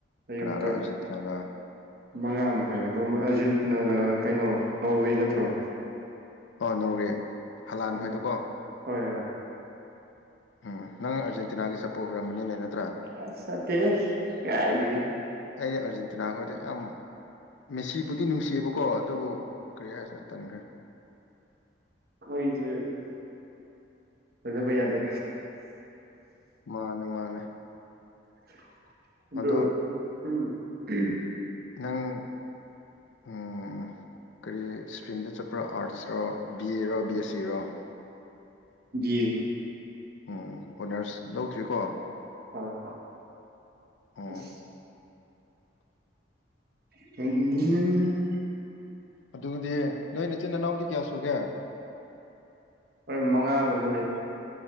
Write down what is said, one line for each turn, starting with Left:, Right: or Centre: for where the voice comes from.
Right: ꯑꯌꯨꯛꯇ
Left: ꯀꯅꯥꯔ ꯑꯥꯔꯖꯦꯟꯇꯤꯅꯥꯒ
Right: ꯃꯉꯥ ꯃꯈꯥꯏꯗꯀꯣ ꯑꯥꯔꯖꯦꯟꯇꯤꯅꯥꯒ ꯀꯩꯅꯣ ꯅꯣꯔꯋꯦ ꯅꯠꯇ꯭ꯔꯣ
Left: ꯑꯥ ꯅꯣꯔꯋꯦ ꯍꯂꯥꯟ
Right: ꯎꯝ
Left: ꯈꯣꯏꯗꯣꯀꯣ
Right: ꯍꯣꯏ ꯍꯣꯏ
Left: ꯎꯝ ꯅꯪ ꯑꯔꯖꯦꯟꯇꯤꯅꯥꯒꯤ ꯁꯞꯄꯣꯔꯠ ꯑꯣꯏꯔꯝꯕꯅꯤꯅꯦ ꯅꯠ
Right: ꯑꯁ ꯅꯠꯇꯦꯍꯦ ꯀꯥꯏꯗꯒꯤ
Left: ꯑꯩ ꯑꯥꯔꯖꯦꯟꯇꯤꯅꯥ ꯈꯣꯏꯗ ꯌꯥꯝ ꯃꯦꯁꯤꯕꯨꯗꯤ ꯅꯨꯡꯁꯤꯌꯦꯕꯀꯣ ꯑꯗꯨꯕꯨ ꯀꯔꯤ ꯍꯥꯏꯁꯤꯔ ꯇꯟꯈ꯭ꯔꯦ
Right: ꯈꯣꯏꯖꯦ ꯊꯥꯖꯕ ꯌꯥꯗꯦ
Left: ꯃꯥꯅꯦ ꯃꯥꯅꯦ
Right: <unintelligible>
Left: ꯑꯗꯣ ꯅꯪ ꯎꯝ <unintelligible>
Right: ꯗꯤꯡ
Left: ꯎꯝ ꯑꯣꯅꯔꯁ ꯂꯧꯗ꯭ꯔꯤꯀꯣ
Right: ꯍꯣꯏ
Left: ꯑꯣ
Right: ꯑꯁ <unintelligible>
Left: ꯑꯗꯨꯗꯤ ꯅꯣꯏ ꯏꯆꯤꯟ ꯏꯅꯥꯎꯗꯤ ꯀꯌꯥ ꯁꯨꯒꯦ
Right: ꯍꯣꯏ ꯃꯉꯥꯒꯨꯝꯕ ꯂꯩ